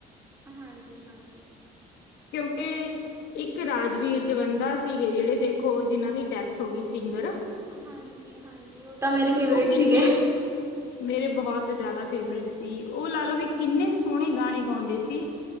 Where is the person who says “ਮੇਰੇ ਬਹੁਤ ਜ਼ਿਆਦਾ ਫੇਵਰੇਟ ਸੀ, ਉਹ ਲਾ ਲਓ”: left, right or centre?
Left